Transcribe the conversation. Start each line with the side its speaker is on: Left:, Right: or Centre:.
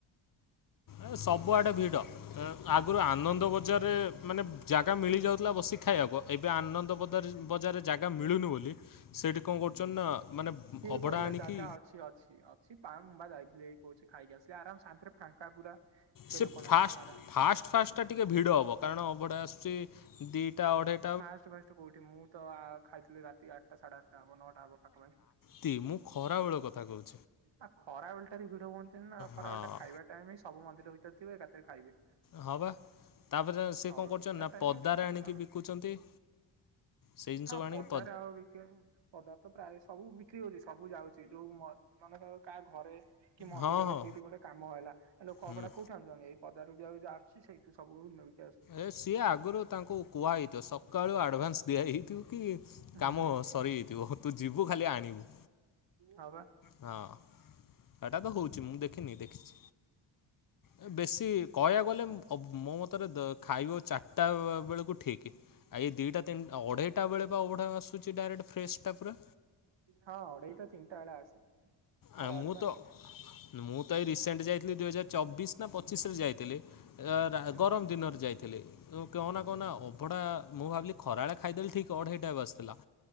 Left: ଏ ସବୁଆଡ଼େ ଭିଡ଼
Right: କିଏ
Left: ଏ ଆଗରୁ ଆନନ୍ଦ ବଜାରରେ ମାନେ ଜାଗା ମିଳି ଯାଉଥିଲା ବସି ଖାଇବାକୁ। ଏବେ ଆନନ୍ଦ ବଦାର ବଜାର ଜାଗା ମିଳୁନି ବୋଲି ସେଇଠି କଣ କରୁଛନ୍ ନା ମାନେ।
Right: କିଏ
Left: ଅବଢ଼ା
Right: କହିଲା
Left: ଆଣିକି
Right: ଜାଗା ଅଛି ଅଛି ଅଛି। ପା ମୁମ୍ ଯାଇଥିଲେ କହୁଛି ଖାଇକି ଆସିଲେ ଆରାମ ଶା ଫାଙ୍କା ପୁରା ଏତେ
Left: ସେ
Right: ଲୋକ ନାହାନ୍ତି। ଆରାମସ
Left: ଫାଷ୍ଟ ଫାଷ୍ଟ ଟା ଟିକେ ଭିଡ଼ ହବ କାରଣ ଅଭଡ଼ା ଆସୁଛି ଦିଟା ଅଢ଼େଇ।
Right: ଫାଷ୍ଟ ଫାଷ୍ଟ କୋଉଠି ମୁଁ ତ ଆ -ଖାଇଥିଲି। ରାତି ଆଠଟା ସାଢେ ଆଠଟା ହବ ନଅଟା ହବ ପାଖ ପା
Left: ତି ମୁଁ ଖରାବେଳଳେ କଥା କହୁଛି।
Right: ଆ ଖରାବେଲଟାରେ ଭିଡ ହୁଅନ୍ତିନି ନା ଖରାବେଳଟା
Left: ହଁ
Right: ଖାଇବା ଟାଇମ ହିଁସବୁ ମନ୍ଦିର ଭିତରେ ଥିବେ ଏକାଥ ରେ ଖାଇବେ।
Left: ହବା ତାପରେ ସେ
Right: ଆଉ
Left: କଣ କରୁଛନ୍ତି।
Right: ତା
Left: ନା
Right: ଟାଇମ
Left: ପଦାରେ
Right: କଣ
Left: ଆଣିକି
Right: ହଁ
Left: ବିକୁଛନ୍ତି। ସେଇ ଜିନିଷକୁ
Right: ହଁ
Left: ଆଣିକି
Right: ପଦାରେ ଆଉ ବିକିବେନି ନା ପଦା ତ ପ୍ରାୟ ସବୁ ବି ଠି ହଉଛି ସବୁ ଯାଉଛି ଯୋଉ ମ ମନେକର କାହା ଘରେ କି ମନ୍ଦିରରେ
Left: ହଁ ହଁ ହଁ
Right: କୋଉଠି ଗୋଟେ କାମ ହେଲା ଲୋକ
Left: ହୁଁ
Right: ଅଭଡ଼ା କୋଉଠି ଆଣିଛନ୍ତି ଏଇ। ପଦାରୁ ଜିଆ ଯା ଆଶୁଛି ସେଇଠୁ ସବୁନଉଛି
Left: ଏ ସିଏ ଆଗରୁ ତାଙ୍କୁ କୁଆ ହେଇଥିବ ସକାଳୁ ଆଡ଼ଭାନ୍ସ ଦିଆ ହେଇଥିବ କି
Right: ହୁଁ
Left: କାମ ସରି ଥିବ। ତୁ ଯିବୁ ଖାଲି ଆଣିବୁ
Right: ହଁ ବା
Left: ହଁ ଏଟା ତ ହେଉଛି ମୁଁ ଦେଖିନି ଦେଖିଛି ଏ ବେଶୀ କହିବାକୁ ଗଲେ ମୋ ମତରେ ଦ ଖାଇବ ଚାରିଟା ବେଳକୁ ଠିକ୍ ଏଇ ଦୁଇଟା ତିନିଟା ଅଢ଼େଇଟା ବେଳେ ବା ଅବଢା ଆସୁଛି ଡାଇରେକ୍ଟ ଫ୍ରେଶଟା ପୁରା।
Right: ହଁ ଅଡେଇ ତ ତିନିଟା ବେଳେ ଆସେ। ଖରା
Left: ଆ
Right: ବେଳକୁ
Left: ମୁଁ ତ
Right: ଆସେ।
Left: ମୁଁ ତ ଏଇ ରିସେଣ୍ଟ ଯାଇଥିଲି। ଦୁଇ ହଜାର ଚବିଶ ନା ପଚିଶ ରେ ଯାଇଥିଲି।
Right: ହୁଁ
Left: ଗରମ
Right: ହୁଁ
Left: ଦିନରେ ଯାଇଥିଲେ କହନା କହନା
Right: ହୁଁ
Left: ଅଭଢଡା ମୁଁ ଭାବିଲି। ଖରାବେ ଖାଇଦେଲେ ଠିକ ଅଢ଼ଇଟା ବି ବସିଥିଲାଉ।